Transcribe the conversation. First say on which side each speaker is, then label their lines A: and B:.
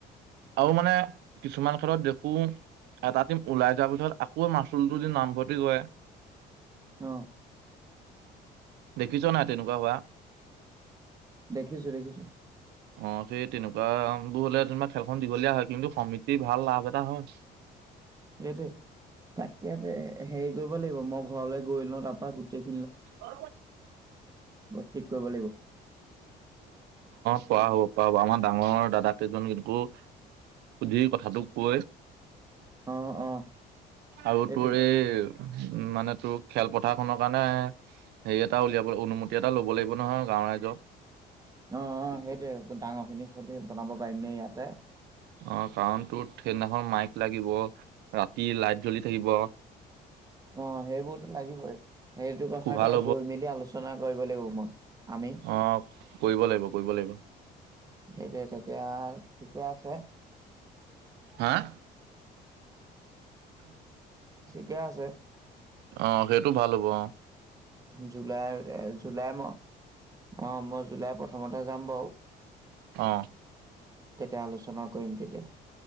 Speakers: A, on the right; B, on the right.
A: আৰু মানে কিছুমান খেলত দেখো এটা টিম ওলাই যোৱাৰ পিছত আকৌ মাচুলটোতে নামভৰ্তি কৰে।
B: অ
A: দেখিছ নাই তেনেকুৱা হোৱা।
B: দেখিছো দেখিছো।
A: অ সেই তেনেকুৱা বোৰ হলে তোমাৰ খেলখন দীঘলীয়া হয় কিন্তু সমিতি ভাল লাভ এটা হয়
B: সেইটো তাকেতে হেৰি কৰিব লাগিব মই ঘৰলৈ গৈ লৈওঁ তাৰপাৰ গোটেই
A: অ
B: ঠিক কৰিব লাগিব
A: পোৱা হব পোৱা হব আমাৰ <unintelligible> ডাঙৰ দাদাক কেইজন কিন্তু সুধি কথা কথাটো কৈ
B: অ অ
A: আৰু
B: সেইটোৱে
A: তোৰ এই উ মানে তোৰ খেলপথাৰখনৰ কাৰণে হেৰি এটা উলিয়াব অনুমতি এটা লব লাগিব নহয় গাওঁ ৰাইজক
B: অ সেইটোয়ে ডাঙৰ খিনি সুধি বনাব পাৰিমনে ইয়াতে
A: অ কাৰণ তো সেইদিনাখন মাইক লাগিব ৰাতি লাইট জ্বলি থাকিব
B: অ সেইবোৰতো লাগিবই সেইটো কথাকে
A: কোহাল
B: গৈ মেলি আলোচনা কৰিব লাগিব মই আমি
A: অঁ কৰিব লাগিব, কৰিব লাগিব।
B: সেইটোৱে। তেতিয়া ঠিকে আছে।
A: হাঁ
B: থিকে আছে।
A: অঁ সেইটো ভাল হ'ব। অঁ।
B: জুলাই, এ' জুলাই মাহত। অঁ মই জুলাই প্ৰথমতে যাম বাও
A: অ
B: তেতিয়া, আলোচনা কৰিম তেতিয়া।